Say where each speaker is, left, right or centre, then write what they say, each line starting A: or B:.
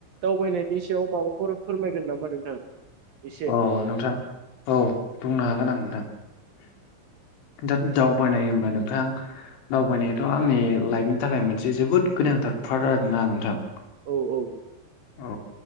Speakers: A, on the right; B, on the left.
A: दावबायनायनि सायाव माबाफोर फोरमायगोन नामा नोंथां एसे
B: अ नोंथां औ बुंनो हागोन आं नोंथां दा दावबायनाय होमबा नोंथां दावबायनायाथ आंनि लाइफनि थाखाय मोनसे जोबोद गोनांथार पार्ट आरोना नोंथां
A: औ औ
B: औ